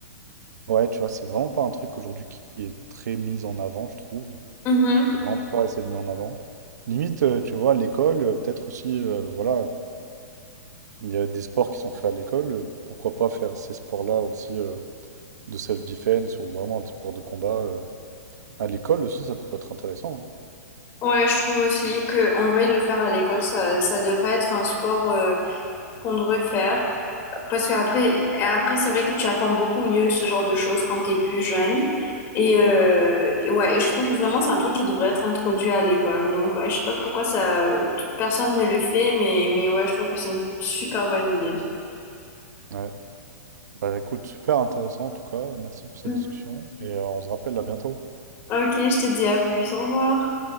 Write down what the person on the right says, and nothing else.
ouais, tu vois, c'est vraiment pas un truc aujourd'hui qui est très mis en avant, je trouve,
qui est vraiment pas assez mis en avant. Limite, euh, tu vois, à l'école, euh, peut-être aussi, euh, voilà, il y a des sports qui sont faits à l'école, euh, pourquoi pas faire ces sports-là aussi euh, de self-defense ou vraiment des sports de combat euh, à l'école aussi, ça pourrait être intéressant.
hein. Ouais. Bah écoute, super intéressant en tout cas, merci pour cette
discussion et euh, on se rappelle à bientôt.